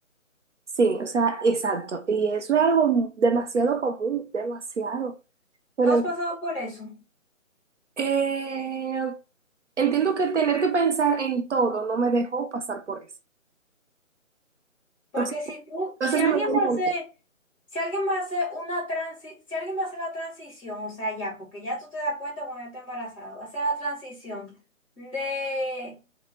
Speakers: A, on the right (about 60°); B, on the left (about 25°).
A: sí, o sea, exacto. Y eso es algo demasiado común, demasiado. Pero
B: ¿Tú has pasado por eso?
A: Eh, Entiendo que tener que pensar en todo no me dejó pasar por eso.
B: Porque
A: Entonces,
B: si tú,
A: entonces
B: si alguien
A: me voy a entender.
B: va a hacer, si alguien va a hacer una transi, si alguien va a hacer la transición, o sea, ya, porque ya tú te das cuenta cuando ya está embarazado, va a hacer la transición de